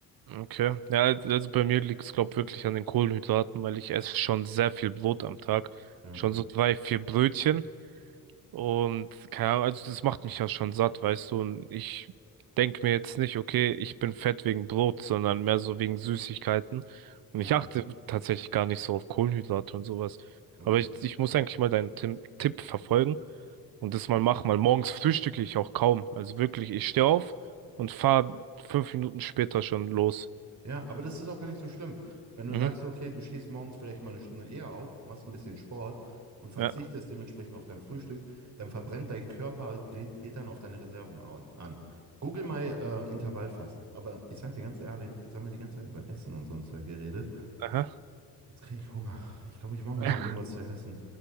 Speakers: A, on the right; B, on the right.
A: Okay. Ja, also bei mir liegt's, glaub, wirklich an den Kohlenhydraten, weil ich esse schon sehr viel Brot am Tag.
B: Ja.
A: Schon so drei, vier Brötchen. Und keine Ahnung, also das macht mich ja schon satt, weißt du. Und ich denke mir jetzt nicht, okay, ich bin fett wegen Brot, sondern mehr so wegen Süßigkeiten. Und
B: Hm,
A: ich achte tatsächlich gar nicht so auf Kohlenhydrate und sowas.
B: Okay.
A: Aber ich, ich muss eigentlich mal deinen Tim Tipp verfolgen und das mal machen, weil morgens frühstücke ich auch kaum. Also wirklich, ich stehe auf und fahre fünf Minuten später schon los.
B: Ja, aber das ist auch gar nicht so schlimm. Wenn du
A: Mhm.
B: sagst, okay, du stehst morgens vielleicht mal eine Stunde eher auf, machst ein bisschen Sport und verzichtest
A: Ja.
B: dementsprechend auf dein Frühstück, dann verbrennt dein Körper, geht, geht dann auf deine Reserven au- an. Google mal äh, Intervallfasten. Aber ich sag dir ganz ehrlich, jetzt haben wir die ganze Zeit über Essen und so ein Zeug geredet.
A: Aha.
B: Jetzt kriege ich Hunger. Ich glaube, ich mache mir
A: <laughs>
B: mal irgendwas zu essen.